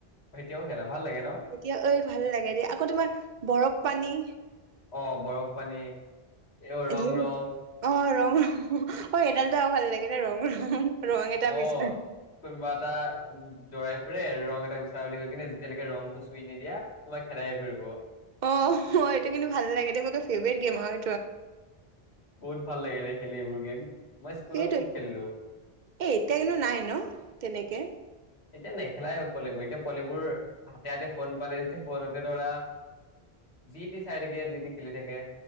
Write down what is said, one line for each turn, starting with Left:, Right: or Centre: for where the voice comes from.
Left: অ এতিয়াও খেলা ভাল লাগে ন
Right: এতিয়া এই ভাল লাগে দেই আকৌ তোমাৰ বৰফ পানী
Left: অ বৰফ পানী। এই ৰং
Right: ধেৰ
Left: ৰং
Right: ৰং অ। অ সেইডালত আৰু ভাল লাগে। নে ৰঙ ৰং এটা
Left: অ
Right: বিচাৰ
Left: তম ম আটা উ জৰাই ফুৰে আৰু ৰং এটা বিচাৰ বুলি কৈ কিনে যেতিয়ালৈকে ৰংটো চুই নিদিয়া তোমাক খেদাই ফুৰিব।
Right: অ ম এইটো কিন্তু ভাল লাগে দেই মোৰ যে ফেভৰেট গেম হয়।
Left: বহুত ভাল লাগে দে। খেলিব গেম মই স্কুলত
Right: সেইটো
Left: খুব খেলিলো
Right: এ এতিয়া কিন্তু নাই ন তেনেকে
Left: এতিয়া নেখেলাই হল পোৱালিবোৰ এতিয়া পোৱালিবোৰ হাতে হাতে ফোন পালে যেতিয়া ফোনতে ধৰা, যি টি চাই থাকে যি টি খেলি থাকে,